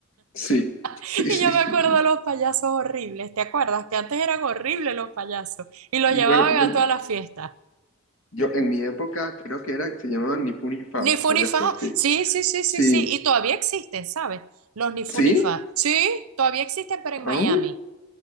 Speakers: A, on the left; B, on the right.
A: Sí.
B: <laughs>
A: Sí,
B: Y
A: sí,
B: yo me
A: sí,
B: acuerdo
A: sí.
B: de los payasos horribles, ¿te acuerdas? Que antes eran horribles los payasos y los
A: Bueno,
B: llevaban
A: bueno,
B: a todas las fiestas.
A: yo en mi época creo que eran, se llamaban ni fu ni fa,
B: Ni
A: los
B: fu
A: payasos,
B: ni fa.
A: ¿qué?
B: Sí, sí, sí, sí,
A: Sí.
B: sí. Y todavía existen, ¿sabes? Los ni fu
A: ¿Sí?
B: ni fa. Sí, todavía existen, pero en
A: Ah,
B: Miami.